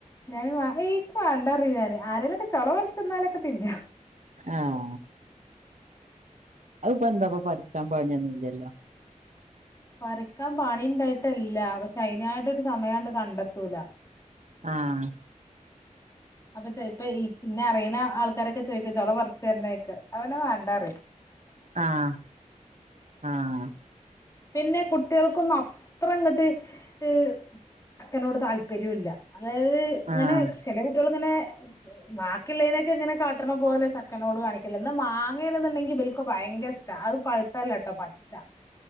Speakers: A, on the left (about 25°); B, on the right (about 65°).
A: ഞാന് വഹേക്ക് വാണ്ടാറി ഞാന് ആരെേലൊക്കെ ചൊള പറിച്ചന്നാലൊക്കെ തിന്നും
B: ആഹ് അത്പ്പൊന്താപ്പ പറിക്കാൻ പണിയൊന്നുല്ലല്ലോ
A: പറിക്കാൻ പണിണ്ടായിട്ടല്ല പക്ഷെ അയ്നായിട്ടൊരു സമയാണ്ട് കണ്ടെത്തൂല
B: ആഹ്
A: അപ്പൊ ചെല്പ ഈ ഇന്നെ അറിയണ ആൾക്കാരൊക്കെ ചോയ്ക്കു ചൊള പറിച്ചു തരുന്നൊക്ക് ഞാപിന്ന വേണ്ടാറ
B: ആഹ് ആഹ്
A: പിന്നെ കുട്ടികൾക്കൊന്നും അത്രങ്ങട്ട് ഈ ചക്കേനോട് താല്പര്യവില്ല അതായത് ഇങ്ങനെ
B: ആഹ്
A: ചെല കുട്ട്യളിങ്ങനെ ബാക്കിയുള്ളേനൊക്കെ ഇങ്ങനെ കാട്ട്ണ പോലെ ചക്കേനോട് കാണിക്കില്ല എന്നാ മാങ്ങേണെന്നുണ്ടെങ്കിൽ ഇബല്ക്ക് ബയങ്കരഷ്ട അത് പഴുത്തല്ലട്ടോ പച്ച